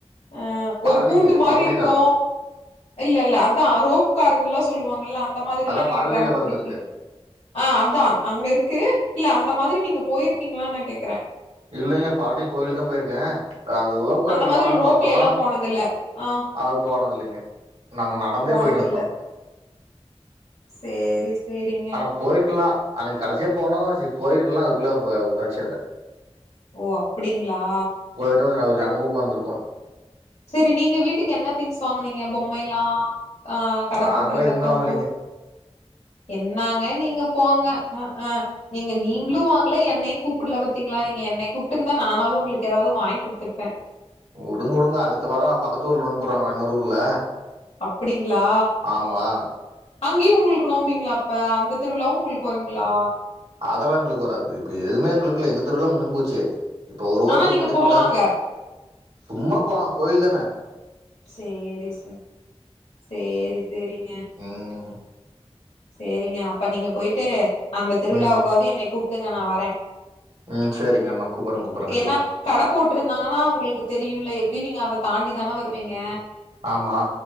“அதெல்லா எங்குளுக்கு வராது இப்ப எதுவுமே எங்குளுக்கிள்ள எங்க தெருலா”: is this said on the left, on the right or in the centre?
Right